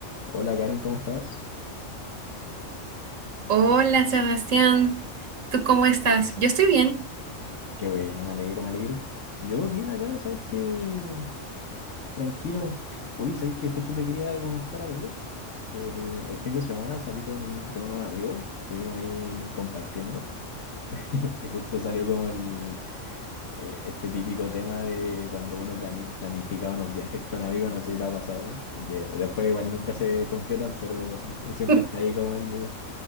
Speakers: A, on the left; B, on the right.
A: Hola Karen, ¿cómo estás?
B: Hola Sebastián, ¿tú cómo estás? Yo estoy bien.
A: Qué bueno, me alegro, me alegro. Yo bien acá, ¿sabes qué? Tranquilo. Oye, ¿sabes que Justo te quería comentar algo, que el, el fin de semana salí con, con unos amigos, estuvimos ahí compartiendo, <laughs> y justo salió como el, eh, este típico tema de cuando uno plani- planifica unos viajes con amigos, no sé si te ha pasado, y que después igual nunca se concretan, pero siempre, siempre
B: <laughs>
A: está ahí como el,